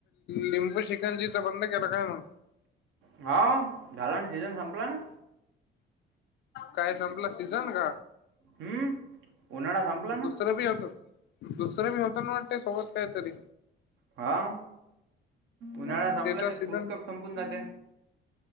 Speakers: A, on the left (about 60°); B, on the right (about 80°).
A: लिंबू शिकंजीचा बंद केला काय मग?
B: हो, झाला आणि सीजन संपला ना.
A: काय, संपला सीजन का?
B: हम्म उन्हाळा संपला ना
A: दुसरं बी येतो. दुसरं मी होता ना, वाटते सोबत काय तरी
B: हां, उन्हाळा
A: मग
B: संपला
A: त्याचा
B: की
A: सीझन
B: फ्रूट कप संपून जाते.